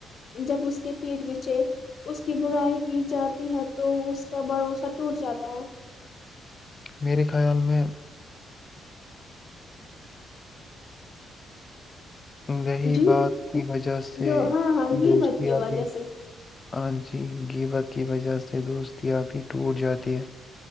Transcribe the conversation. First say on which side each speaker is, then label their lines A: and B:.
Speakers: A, on the left (about 50°); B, on the left (about 30°).
A: جب اس کے پیٹ پیچھے اس کی برائی کی جاتی ہے تو اس کا بھروسہ ٹوٹ جاتا ہے
B: میرے خیال میں رہی
A: جی
B: بات کی وجہ سے
A: جو ہاں ہاں غیبت
B: دوستیاںب
A: کی وجہ
B: بھی
A: سے
B: ہاں جی ج گ بت کی وجہ سے دوست دیاب بھی ٹوٹ جاتی ہے